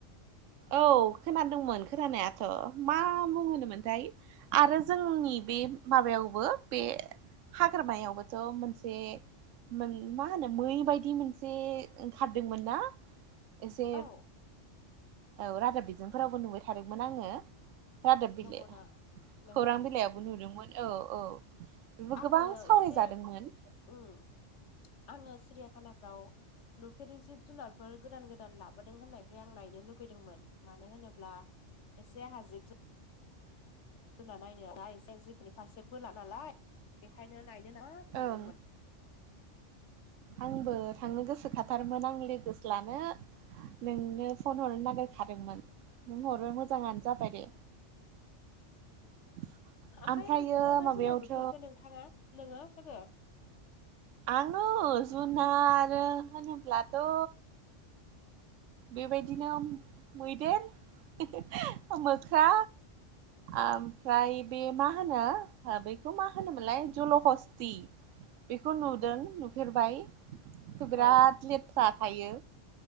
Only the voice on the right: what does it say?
औ खोनादोंमोन खोनानायाथ' मा मुं होनो मोनथाय आरो जोंनि बे माबायावबो बे हाग्रामायावबोथ' मोनसे मोन मा होनो मै बायदि मोनसे ओंखारदोंमोन ना एसे
औ रादाब बिजोंफोरावबो नुबाय थादोंमोन आङो रादाब बिलाइ
खौरां
बिलाइयाव नुदोंमोन औ-औ बेबो
गोबां सावराय
जादोंमोन
ओं आंबो थांनो गोसोखथारमोन आं लोगोसो लानो नोंनो फन हरनो नागिरखादोंमोन नों हरबाय मोजाङानो जाबाय दे <inaudible>
ओमफ्रायो
माबायावथ'
आङो जुनार होनोब्लाथ' बेबायदिनो मैदेर मोख्रा ओमफ्राय बे मा होनो बेखौ मा होनोमोनलाय जल' हस्ति खौ नुदों नुफेरबाय' बिराद
लेट थ्रा थायो